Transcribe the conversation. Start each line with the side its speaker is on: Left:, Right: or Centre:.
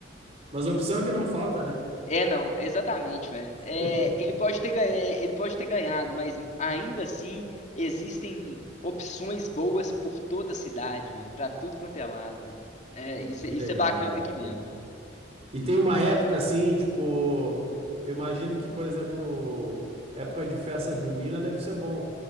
Right: Mas a opção é que não falta, né?
Left: É, não, exatamente, velho. É,
Right: <laughs>
Left: ele pode ter ganha- ele pode ter ganhado, mas ainda assim existem opções boas por toda a cidade, velho, pra tudo quanto é lado, velho. É, isso, é,
Right: Que
Left: isso
Right: legal,
Left: é bacana
Right: cara.
Left: aqui mesmo.
Right: Pô. E tem uma época assim, tipo, eu imagino que, por exemplo, época de festa junina deve ser bom.